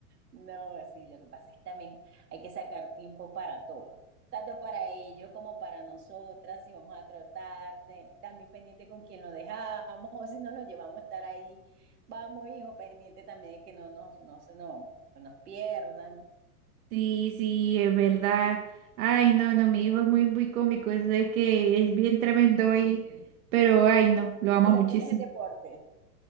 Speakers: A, on the right; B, on the right.
A: No, sí, lo que pasa es que también hay que sacar tiempo para todo, tanto para ellos como para nosotras, si vamos a trotar, de- también pendiente con quién lo dejamos, o si nos lo llevamos a estar ahí, vamos, hijo, pendiente también de que no nos, no se nos, no nos pierdan.
B: Sí, sí, es verdad. Ay, no, no, mi hijo es muy, muy cómico, es de que es bien tremendo y, pero ay, no, lo amo
A: Y la
B: muchísimo.
A: tienes en deporte.